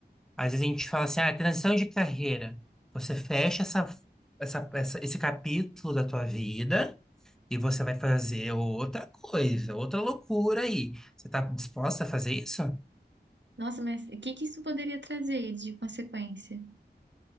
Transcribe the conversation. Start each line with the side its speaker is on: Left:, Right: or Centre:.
Centre: Às vezes a gente fala assim, ah, transição de carreira. Você fecha essa, essa, essa- esse capítulo da tua vida e você vai fazer outra coisa, outra loucura aí. Você tá disposta a fazer isso?
Right: Nossa, mas o que que isso poderia trazer de consequência?